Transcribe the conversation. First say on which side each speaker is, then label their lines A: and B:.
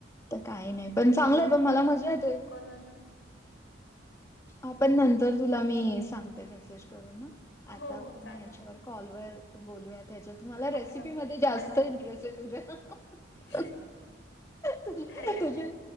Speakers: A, on the left (about 15°); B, on the left (about 75°).
A: तर काही नाही पण चांगलंय पण मला मजा येते.
B: पण अजून
A: आपण नंतर तुला मी सांगते मेसेज करून अ आता
B: हो
A: आपण
B: हो चालेल
A: याच्यावर कॉल वर बोलूया त्याच्यात मला रेसिपी
B: ओके ओके
A: मध्ये जास्त
B: हरकत
A: इंटरेस्ट आहे तुझ्या
B: नाही
A: तु-तुझे
B: हरकत नाही